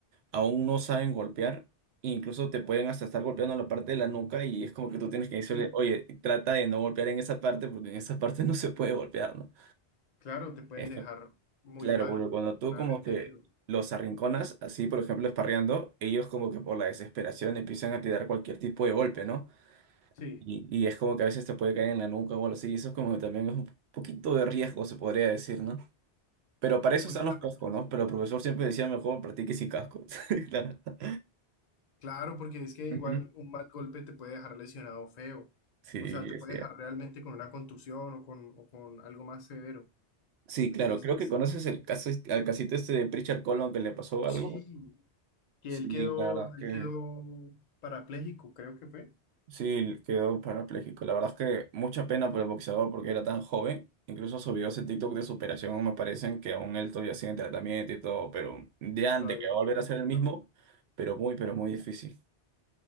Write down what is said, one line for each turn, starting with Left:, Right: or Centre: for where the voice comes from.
Right: aún no saben golpear e incluso te pueden hasta estar golpeando la parte de la nuca y es como que tú tienes que decirle,
Left: sí,
Right: oye, trata de no golpear en esa parte porque en esa <laughs> parte no se puede golpear, ¿no?
Left: claro, te pueden
Right: Es
Left: dejar
Right: que-
Left: muy
Right: Claro,
Left: mal,
Right: porque cuando tú
Left: gravemente
Right: como que
Left: herido.
Right: los arrinconas, así por ejemplo esparreando, ellos como que por la desesperación empiezan a tirar cualquier tipo de golpe, ¿no?
Left: Sí,
Right: Y, y es como que a veces te puede caer en la nuca o algo así, y eso es como que también es un poquito de riesgo, se podría decir, ¿no? Pero para eso
Left: honestamente,
Right: están los cascos, ¿no?
Left: sí.
Right: Pero el profesor siempre decía, mejor practique sin casco. <laughs> la verdad.
Left: Claro, porque es que igual
Right: Ujú.
Left: un mal golpe te puede dejar lesionado feo.
Right: Sí,
Left: O sea, te
Right: es
Left: puede dejar realmente con una contusión o con, o con algo más severo.
Right: Sí,
Left: Entonces,
Right: claro, creo que conoces el caso, al casito este de Pritchard Colon que le pasó algo.
Left: sí, que
Right: Sí,
Left: él quedó,
Right: la verdad que...
Left: él quedó parapléjico, creo que fue.
Right: Sí, quedó parapléjico. La verdad es que mucha pena por el boxeador porque era tan joven. Incluso sus videos en TikTok
Left: que
Right: de superación me parecen que aún él todavía sigue en tratamiento y todo, pero ya
Left: todavía
Right: de que va
Left: está
Right: a volver
Left: en
Right: a ser el mismo,
Left: tratamiento.
Right: pero muy, pero muy difícil.